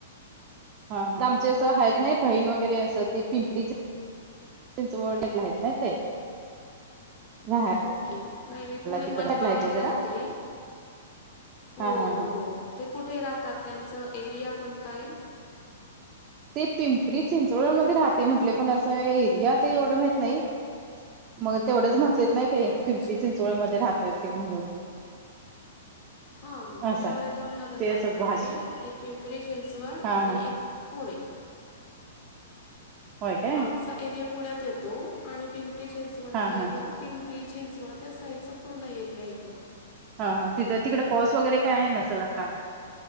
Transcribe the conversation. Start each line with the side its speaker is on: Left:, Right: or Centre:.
Right: हा आमचे अस आहेत नाही बहीण वगैरे असं ती पिंपरीचे त्यां वर्डेतला आहेत ना ते राहायला
Left: ओके नाही मी पुणे
Right: तिकड
Left: मनपामध्ये
Right: आहे काय जरा.
Left: राहते हो
Right: हा हा हा.
Left: हो ते कुठे राहतात त्यांचं एरिया कोणता आहे
Right: ते पिंपरी चिंचवडमध्येध्ये राहते म्हटले पण असं एरिया ते एवढं माहत नाही मग तेवढंच म्हटलेेत नाही ते
Left: अच्छा
Right: पिंपरी चिंचवड मध्ये राह ते म्हणून
Left: हा पुण्यामध्ये
Right: असं आहे
Left: दोन नगरपालिका
Right: ते असं भाष
Left: आहेत एक पिंपरी चिंचवड
Right: हा
Left: आणि
Right: हा
Left: एक पुणे
Right: होय काय
Left: आमचा एरिया पुण्यात येतो आणि पिंपरी चिंचवडचा
Right: हा हा.
Left: एरिया पिंपरी चिंचवड त्या साईडचा पूर्ण एरिया येतो
Right: हा हा तिथं तिकडडे पाऊस वगैरे काय आहे नसेल आता